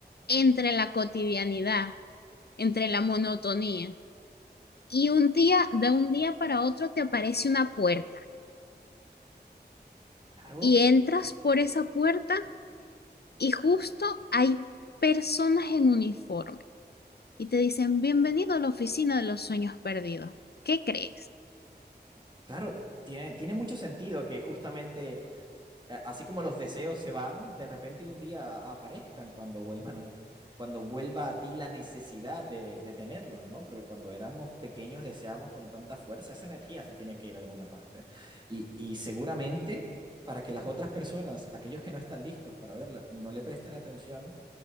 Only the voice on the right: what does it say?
Claro.
Sí,
Claro, tiene, tiene mucho sentido que justamente, a- así como los deseos se van, de repente un día aparezcan cuando vuelvan a, cuando vuelva a ti la necesidad de, de tenerlos, ¿no? Porque cuando éramos pequeños deseábamos con tanta fuerza, esa energía se tiene que ir a alguna parte. Y, y seguramente para que las otras personas, aquellos que no están listos para verla, no le presten atención,